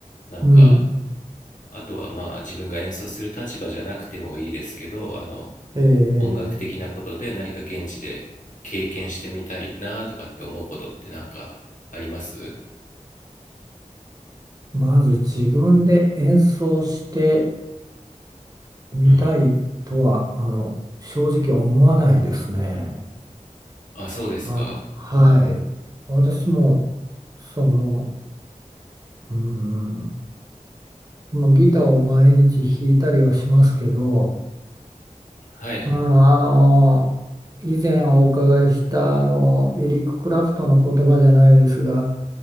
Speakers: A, on the left; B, on the right.
A: なんか、
B: うん、
A: あとはまあ自分が演奏する立場じゃなくてもいいですけど、あの、
B: えー
A: 音楽的なことで何か現地で経験してみたいなとかって思うことってなんかあります
B: まず自分で演奏してみたいとは、
A: うん。
B: あの、正直思わないですね。
A: あ、そうですか。
B: あの、はい、私も、その、うん、まあ、ギターを毎日弾いたりはしますけど、
A: はい。
B: うん、あの、以前お伺いした、あの、エリック・クラプトンの言葉じゃないですが、